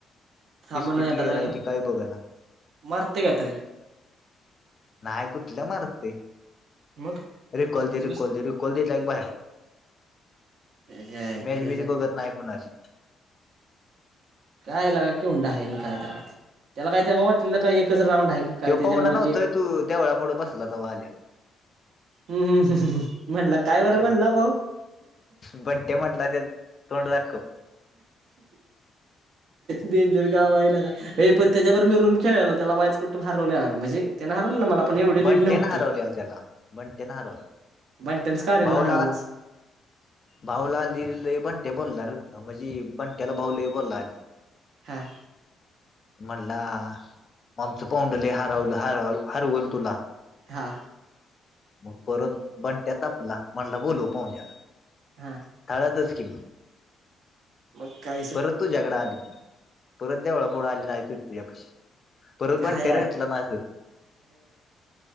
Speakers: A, on the right; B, on the left.
A: थांबना
B: किस्ती
A: एका
B: प्लेयर
A: जाग्यावर
B: आहे ती काय बघ ना.
A: मारते का तरी
B: नाही कुठल मारतय.
A: मग.
B: रिकॉल
A: नुसतच
B: दे रिकॉल
A: बस
B: दे रिकॉल दिला की बाहेर
A: यायला
B: मॅच
A: त्याच्या
B: बीज बघत
A: काय
B: नाही. कोणाची.
A: कायला काय कुंडा आहे ना काय ते त्याला काय तेव्हा वाटलेलं काय एकच राऊंड आहे का? काय
B: तो
A: त्याच्यामुळे
B: पाहुणा न्हतंय
A: ते
B: तू देवळाप पुढं बसलाता आल्याला
A: हम्म हम् हम् म्हटलं काय बरं
B: तो
A: म्हणला भाऊ
B: बंट्या म्हटला त्या तोंड दाखव
A: डेंजर काम आहे लका हे पण त्याच्याबरोर मी रूम खेळाला त्याला वायच कुठे हारवलेला म्हणजे त्यान हरवलेलं मला पण एवढे
B: बंट्यानं
A: लिड नव्हती.
B: हरवलेला त्याला बंट्यानं हरवले
A: बंण्ट्या त्यांनच काल
B: भाऊला
A: ना हरवलंस
B: <unintelligible> भाऊला आली बंट्या बोलला र म्हणजे बंट्याला भाऊ ल बोलला आधी.
A: हां.
B: म्हणला आमचं पाऊंडलय हरवलं-हरवलं-हरवलं तुला.
A: हा.
B: मग परत बंट्या तपला म्हणला बोलव पाहून्याला.
A: हा
B: हळदच कि म
A: मग काय
B: परत तुझ्याकड आली परत <unintelligible> परत बण्ट्या
A: काय
B: ते
A: यार
B: रेटलं ना असं